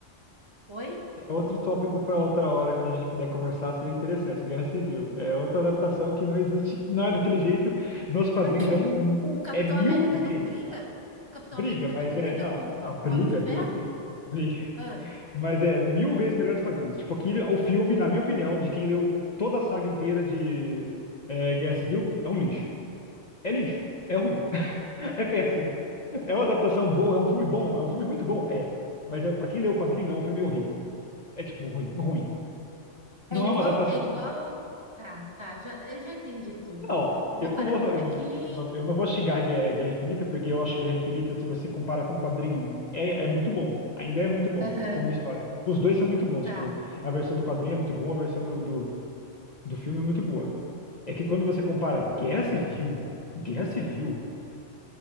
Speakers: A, on the right (about 25°); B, on the left (about 40°).
A: Oi?
B: É outro tópico para outra hora que a gente puder conversar, seria interessante. Guerra Civil. É outra adaptação que não existe, <laughs> não é daquele jeito. Nos quadrinhos
A: O quê?
B: é um,
A: O Capitão
B: é mil
A: América
B: vezes
A: não briga? O Capitão
B: briga,
A: América
B: mas
A: não briga
B: é, não,
A: com,
B: não,
A: com
B: briga,
A: o Homem de Ferro?
B: briga sim. Briga.
A: Ah,
B: Mas é mil vezes melhor os quadrinhos. Tipo, aquilo, o filme, na minha opinião, de quem leu toda a saga inteira de é, Guerra Civil, é um lixo. É lixo. É ruim. <laughs> É péssimo. É uma adaptação boa, é um filme bom, é um filme muito bom, é. Mas é, para quem leu o quadrinho, é um filme horrível. É tipo ruim, ruim.
A: é
B: Não
A: igual,
B: é uma adaptação.
A: é igual. Tá, tá, já, eu já entendi tudo.
B: Não,
A: Eu vou
B: eu
A: parar
B: não vou,
A: por
B: eu
A: aqui.
B: não, eu não vou xingar Guerra, Guerra Infinita, porque eu acho Guerra Infinita, se você compara com o quadrinho, é, é muito bom. Ainda é muito bom,
A: Aham,
B: como história. Os dois são muito bons,
A: tá.
B: tipo, a versão do quadrinho é muito boa, a versão do, do, do filme é muito boa. É que quando você compara Guerra Civil, Guerra Civil,